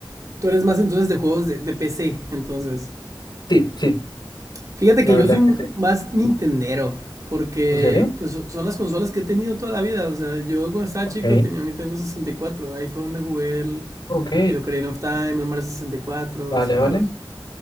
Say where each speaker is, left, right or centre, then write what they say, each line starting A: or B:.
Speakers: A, on the right (about 40°); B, on the left (about 55°).
A: tú eres más entonces de juegos de, de PC, entonces.
B: Sí, sí,
A: Fíjate
B: la
A: que yo
B: verdad
A: soy un
B: es que sí.
A: más nintendero, porque
B: ¿En serio?
A: pues so- son las consolas que he tenido toda la vida. O sea, yo cuando estaba
B: Ok,
A: chico tenía un Nintendo sesenta y cuatro ahí fue donde jugué el,
B: ok.
A: el Ocarina of Time, el Mario 64,
B: Vale,
A: esos juegos.
B: vale.